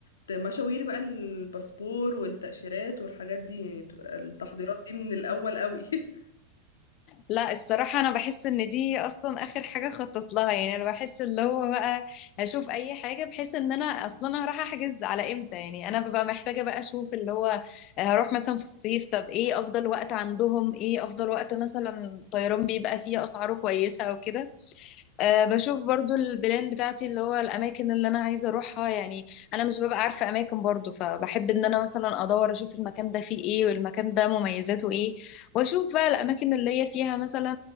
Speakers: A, on the left; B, on the left.
A: ت- مشاوير بقى الباسبور والتأشيرات والحاجات دي يعني بتبقى التحضيرات دي من الاول قوي <laughs>
B: لا الصراحة أنا بحس إن دي أصلا آخر حاجة خطط لها يعني أنا بحس اللي هو بقى هشوف أي حاجة بحيث إن أنا أصلا هروح أحجز على إمتى يعني أنا ببقى محتاجة بقى أشوف اللي هو هروح مثلا في الصيف طب إيه أفضل وقت عندهم إيه أفضل وقت مثلا الطيران بيبقى فيه أسعاره كويسة أو كده أه
A: مم.
B: بشوف برضو البلان بتاعتي اللي هو الأماكن اللي أنا عايزة أروحها يعني أنا مش ببقى عارفة أماكن برضو فبحب إن أنا مثلا أدور أشوف المكان ده فيه إيه والمكان ده مميزاته إيه وأشوف بقى الأماكن اللي هي فيها مثلا